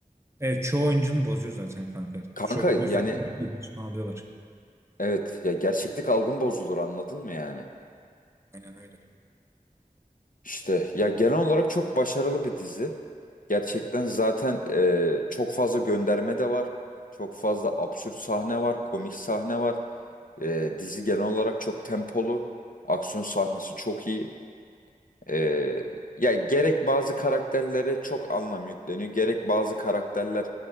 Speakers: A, on the right; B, on the left.
A: Evet çoğu oyuncunu bozuyor zaten kanka.
B: Kanka
A: Şu,
B: yani
A: bu yüzden terapiyi içine alıyorlar.
B: Evet ya gerçeklik algın bozulur anladın mı yani?
A: Aynen öyle.
B: İşte ya genel olarak çok başarılı bir dizi. Gerçekten zaten e, çok fazla gönderme de var. Çok fazla absürt sahne var, komik sahne var. E, dizi genel olarak çok tempolu. Aksiyon sahnesi çok iyi. E, ya gerek bazı karakterlere çok anlam yükleniyor. Gerek bazı karakterler